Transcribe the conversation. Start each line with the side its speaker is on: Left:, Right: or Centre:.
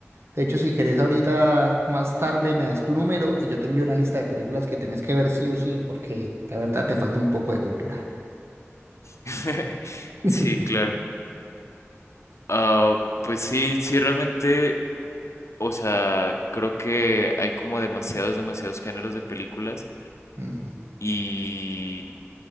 Right: De hecho, si querés ahorita más tarde me das tu número y yo te envío una lista de películas que tenés que ver sí o sí, porque la verdad te falta un poco de cultura.
Left: <laughs>
Right: <laughs>
Left: Sí, claro. Ah, pues sí, sí, realmente O sea, creo que hay como demasiados, demasiados géneros de películas
Right: Ujú.
Left: y